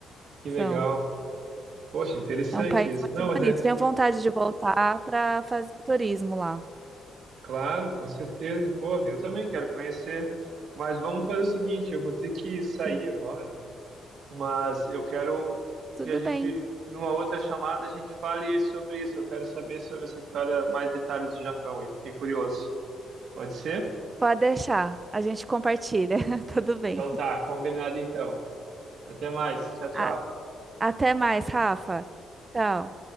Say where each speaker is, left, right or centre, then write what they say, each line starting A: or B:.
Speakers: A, on the right; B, on the right.
A: que
B: São.
A: legal. Poxa, interessante
B: É um país
A: isso.
B: muito
A: Não, mas
B: bonito.
A: é
B: Tenho vontade de voltar para fazer turismo lá.
A: claro, com certeza. Pô, eu também quero conhecer. Mas vamos fazer o seguinte, eu vou ter que sair
B: Sim.
A: agora, mas eu quero
B: Tudo
A: que a gente,
B: bem.
A: numa outra chamada, a gente fale sobre isso. Eu quero saber sobre essa história, mais detalhes do Japão. Eu fiquei curioso. Pode ser?
B: Pode deixar. A gente compartilha. <laughs> Tudo bem.
A: Então tá, combinado então. Até mais. Tchau, tchau.
B: A- Até mais, Rafa. Tchau.